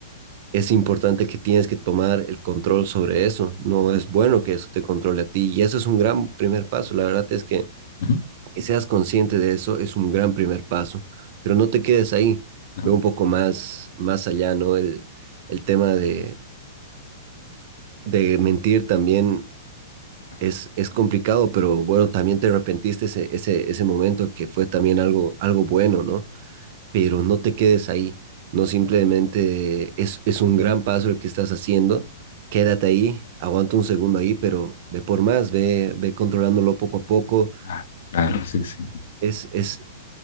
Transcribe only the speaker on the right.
es importante que tienes que tomar el control sobre eso. No es bueno que eso te controle a ti y eso es un gran primer paso. La verdad es que,
que seas consciente de eso es un gran primer paso, pero no te quedes ahí.
Ve un poco más, más allá, ¿no? El, el tema de, de mentir también
es, es complicado, pero bueno, también te arrepentiste ese, ese, ese momento que fue también algo, algo bueno, ¿no? pero no te quedes ahí. No simplemente es, es un gran paso el que estás haciendo, quédate ahí, aguanta un segundo ahí, pero ve por más, ve, ve controlándolo poco a poco.
Es, es,